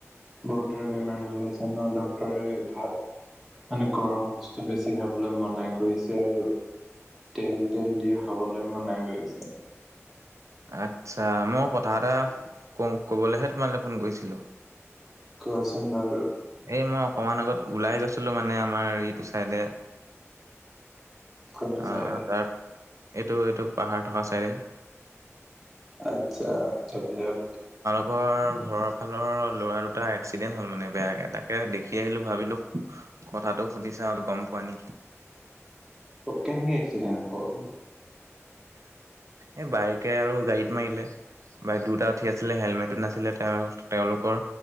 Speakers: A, in the centre; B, on the right.
A: বহুতৰ বেমাৰ হৈ আছে ন, ডাক্টৰে ভাত মানে গৰম বস্তু বেছি খাবলৈ মনে কৰিছে আৰু। তেল তেল দিয়ে খাবলৈ মনাই কৰিছে।
B: আচ্ছা মই কথা এটা ক কবলৈহে তোমালৈ ফোন কৰিছিলো?
A: কোৱাচোন বাৰু?
B: এই মই অকণমান আগত ওলাই গৈছিলো মানে আমাৰ এইটো চাইডে
A: কোনটো
B: অ
A: চাইডত?
B: তাৰ এইটো এইটো পাহাৰ থকা চাইডে।
A: আচ্ছা। তাৰপিছত
B: ৰ ঘৰৰ ফালৰ ল'ৰা দুটা এক্সিডেণ্ট হল মানে বেয়াকে তাকে দেখি আহিলো ভাবিলো কথাটো সুধিছা গম পোৱা নিকি?
A: কেনেকে এক্সিডেন্ট হ'ল?
B: এই বাইকে আৰু গাড়ীত মাৰিলে। বা দুটা উঠি আছিলে হেলমেটটো নাছিলে, তেওঁ তেওঁলোকৰ